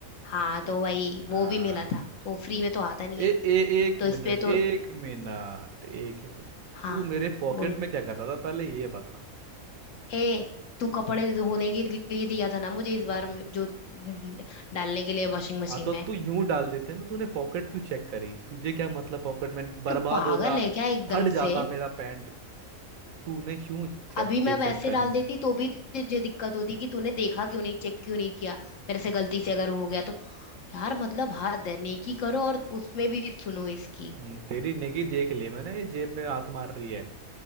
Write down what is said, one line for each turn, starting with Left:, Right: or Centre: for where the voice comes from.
Left: हाँ तो वही
Right: हाँ
Left: वो भी मिला था तो फ्री
Right: हम्म।
Left: में तो आता नहीं
Right: ए,
Left: है
Right: ए, एक
Left: तो
Right: मिनट
Left: इस पे
Right: एक
Left: तो
Right: मिनट एक ही मिनट
Left: हाँ
Right: तू मेरे पॉकेट
Left: बोल
Right: में क्या कर रहा था पहले ये बता
Left: ए तू कपड़े धोने के लिए दिया था ना मुझे इस बार में- जो न- डालने के लिए वॉशिंग मशीन
Right: हाँ तो
Left: में
Right: तू यूं डाल देते ना तूने पॉकेट क्यों चेक करी तुझे क्या मतलब पॉकेट में बर्बाद
Left: तू पागल
Right: होता
Left: है क्या एकदम
Right: फट जाता
Left: से
Right: मेरा पैंट तूने क्यों चेक
Left: अभी मैं
Right: ये चेक
Left: वैसे
Right: करी
Left: डाल देती तो भी तुझे दिक्कत होती कि तूने देखा क्यों नहीं चेक क्यों नहीं किया मेरे से गलती से अगर हो गया तो यार मतलब हद है नेकी करो और उसमें भी सुनो इसकी
Right: हम्म, तेरी नेकी देख ली मैंने ये जेब में हाथ मार रही है